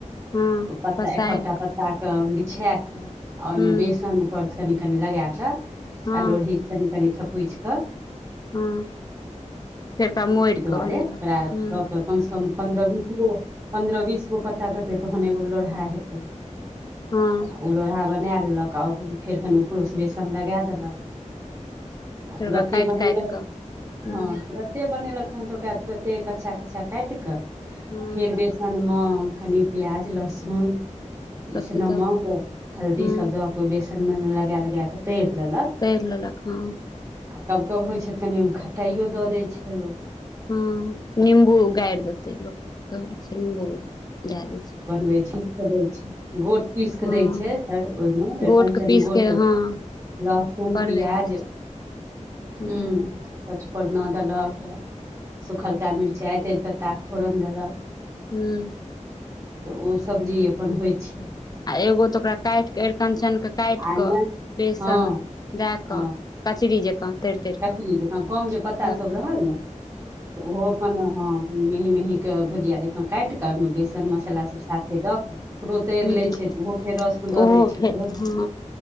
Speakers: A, on the left; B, on the right.
A: हँ
B: ओ पत्ता
A: पसारि
B: एखक टा पत्ता के बिछा क आ ओहिमे
A: हूँ
B: बेसन ऊपरसँ कनि कनि लगाकऽ
A: हँ
B: आर लोढ़ीसँ कनि कनि थकुईछ कऽ
A: हँ फेरका मोरिकऽ
B: एहि दुआरे
A: बनेलक
B: ओकरा
A: हँ।
B: कऽ के कम से कम पंद्रह बीसगो पंन्द्रह बीसगो पत्ता देतै तहन एगो लोरह हा हेतै।
A: हँ
B: ओ लोढ़हा बना लेलक आओर फेर कनि उपरोसँ बेसन लगा देलक। आ
A: फेर
B: तुरते
A: ओकरा काटि
B: बनेलक
A: काटि कऽ हूँ
B: हँ तुरत बनेलकन तऽ ओकरा तुरते कच्चा कच्चा काट कऽ
A: हँ
B: फेर बेस ने मे कनि प्याज लहसुन
A: सब
B: ईस
A: चीज
B: नमक
A: दऽ कऽ
B: हल्दी
A: हँ
B: सब दऽ क बेसनमे लगा लगा कऽ तरि लेलक।
A: तैर लेलक हँ।
B: आ कब कब होइ छैय तऽ कनि ओहिमे खटाइयो दऽ दै छैय लोक।
A: हँ नींबू गारि देतै लोक कहे छैय निम्बू दए दै छैय।
B: बनबै छीटि कऽ दै छैय गोट पीसि
A: हँ
B: कऽ दै छैय ओहिमे
A: गोटके
B: अरििकञ्चन
A: पीस
B: गोट
A: के हँ
B: लहसुन
A: पड़बे
B: पियाज
A: करै छै हूँ
B: हू। पचफोरना देलक सुखलका मिरचाइइत अछि पत्ताके फोरन देलक।
A: हुँ
B: तऽ ओ सब्जी अपन होइ छैय।
A: आ एगो तऽ ओकरा काटि कऽ अरिकंचनकेँ काटि
B: आ
A: कऽ
B: नहि
A: बेसन
B: हँ
A: दए
B: हँ
A: कऽ कचरी जँकाँ तरि तर
B: ककड़ी
A: कऽ
B: जकाँ कम जे पत्ता
A: ह्म
B: सब रहल ने तऽ ओहो अपन ह मेहीं मेहीं
A: हूँ
B: के भुजिया द त काटि कऽ ओहिमे बेसन मसला सब साथे दऽ कऽ ओकरो
A: हूँ
B: तैर लै छैय तऽ ओहो फेर रस्म दऽ
A: ओहो
B: दै छैय।
A: भेल हँ